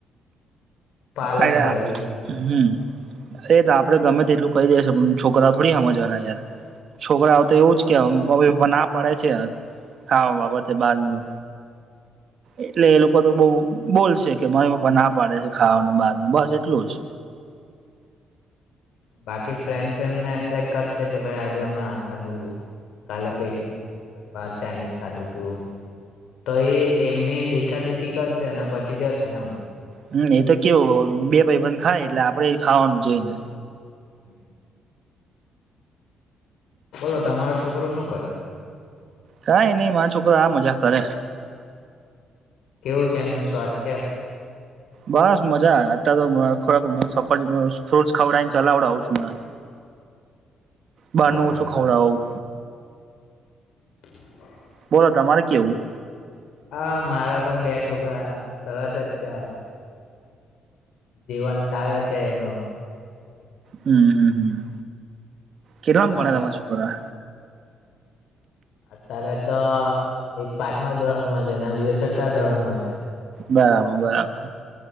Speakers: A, on the left; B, on the right.
A: પાલન
B: અ
A: કરે બીજું કઈ નહી
B: હમ એ તો આપડે ગમે તે એટલું કહી દેશે પણ, છોકરાઓ થોડી સમજવાના યાર છોકરાઓ તો એવું જ કે, મમ્મી પપ્પા ના પાડે છે. ખાવા બાબતે બારનું એટલે એ લોકો તો બહ બોલશે કે, મમ્મી પપ્પા ના પાડે છે. ખાવાનું બાર ન બસ એટલું જ.
A: બાકી ફ્રેન્ડસ એમને એટ્રેક કરશે. કે ભાઈ આજે અમે આ ખાઘાનું કાલે પૈકી બા ચાઇનીઝ ખા્ધ ટ તો, એ એમને દેખા દેખ આખી કરશે. અને પછી જશે આમ.
B: હમ્મ, એ તો કેવું બે ભાઈબંધ ખાય એટલે આપડે ખાવાનું છે. ને
A: હમ્મ, બોલો, તમારો છોકરો શુ શું કરે.
B: કઈ નઈ, મારો છોકરો આ મજા કરે.
A: કેવું છે. એમનું સ્વાસ્થ્ય
B: બસ મજા, અત્યારે તોકે સફર સોસ ખવડાયને ચલાવડાવું છું. બાર
A: સારું
B: નું ઓછું
A: સારું
B: ખાવડાવું.
A: <unintelligible>
B: બોલો તમારે કેવું,
A: હા, મારા પણ બે છોકરા સરસ જ છે. હ, જીવન કાળલે છે. એમનું,
B: હમ્મ, હમ્મ, હ, કેટલામ
A: અ
B: ભણે તમે છોકરા?
A: અત્યારે તો, એક પાંચમા ધોરણમાં છે, ને બીજો છઠા ધોરણ માં છે.
B: બરાબર બરાબર.